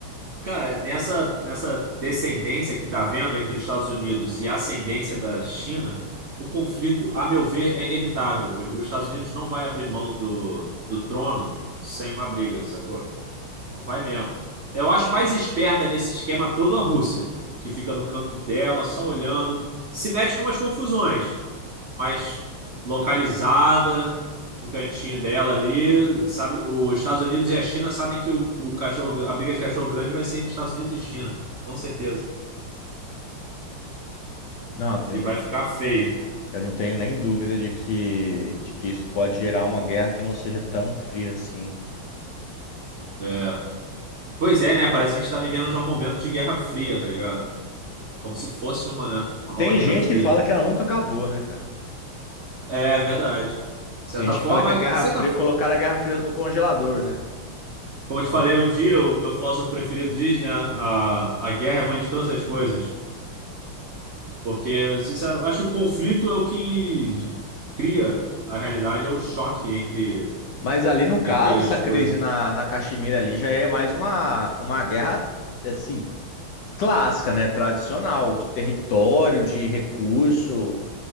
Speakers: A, on the right; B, on the left.
A: Cara, nessa, nessa descendência que tá havendo entre os Estados Unidos e a ascendência da China, o conflito, a meu ver, é inevitável. Os, os Estados Unidos não vai abrir mão do, do trono sem uma briga, sacou? Não vai mesmo. Eu acho mais esperta nesse esquema todo a Rússia, que fica no canto dela, só olhando, se mete em umas confusões. mais localizada no cantinho dela ali. Sabe, os Estados Unidos e a China sabem que o, o cachorro, a briga de cachorro grande vai ser entre Estados Unidos e China, com certeza.
B: Não, tem-
A: E vai ficar feio.
B: eu não tenho nem dúvida de que, de que isso pode gerar uma guerra que não seja tão fria assim.
A: É. Pois é, né? Parece que a gente tá vivendo já um momento de Guerra Fria, tá ligado? Como se fosse uma, né? Uma nova
B: Tem
A: Guerra
B: gente
A: Fria.
B: que fala que ela nunca acabou, né, cara?
A: É verdade. De certa
B: Tem gente
A: forma,
B: que fala que a Guerra
A: de certa...
B: Fria, colocaram a Guerra Fria no congelador, né?
A: como eu
B: Ela
A: te falei
B: nunca-
A: um dia, o meu filósofo preferido diz, né? A, a guerra é mãe de todas as coisas. Porque, sinceramente, acho que o conflito é o que cria a realidade, é o choque entre,
B: Mas ali no caso,
A: entre
B: essa
A: as
B: crise
A: coisas.
B: na, na Caxemira ali já é mais uma, uma guerra, assim, clássica, né? Tradicional, de território, de recurso.